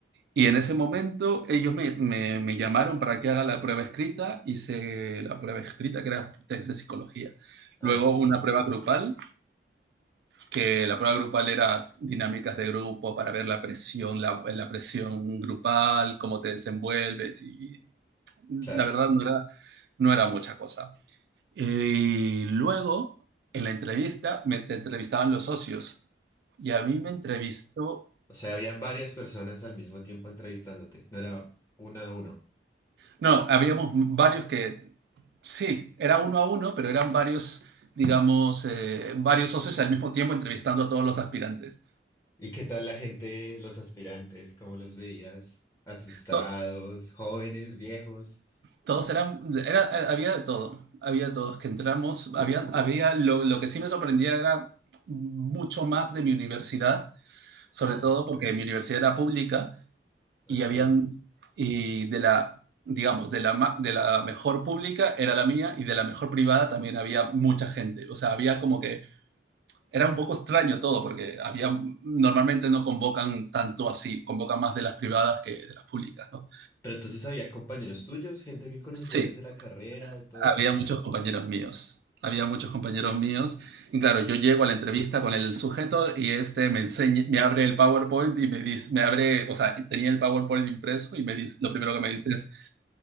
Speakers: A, on the right; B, on the left.
A: Y en ese momento ellos me, me- me llamaron para que haga la prueba escrita, hice la prueba escrita que era test de psicología.
B: Ah,
A: Luego
B: sí,
A: una prueba grupal, que la prueba grupal era dinámicas de grupo para ver la presión, la, la presión grupal, cómo te desenvuelves y
B: claro.
A: la verdad no era, no era mucha cosa. Y luego en la entrevista me te entrevistaban los socios y a mí me entrevistó
B: O sea, habían varias personas al mismo tiempo entrevistándote, no era una a uno.
A: No, habíamos varios que, sí, era uno a uno, pero eran varios, digamos, eh, varios socios al mismo tiempo entrevistando a todos los aspirantes.
B: ¿Y qué tal la gente, los aspirantes? ¿Cómo los veías? ¿Asustados,
A: To-
B: jóvenes, viejos?
A: todos eran, era, había de todo, había de todos que entramos, había, había lo, lo que sí me sorprendía era mucho más de mi universidad, sobre
B: Ah,
A: todo porque mi universidad era pública
B: ok.
A: y habían, y de la, digamos, de la, ma- de la mejor pública era la mía y de la mejor privada también había mucha gente. O sea, había como que era un poco extraño todo, porque había, normalmente no convocan tanto así, convocan más de las privadas que de las públicas, ¿no?
B: Pero entonces había compañeros tuyos, gente que conocías
A: Sí,
B: de la carrera, de todo.
A: había muchos compañeros míos, había muchos compañeros míos, y claro, yo llego a la entrevista con el sujeto y este me enseña, me abre el PowerPoint y me dice, me abre, o sea, tenía el PowerPoint impreso y me dice, lo primero que me dice es,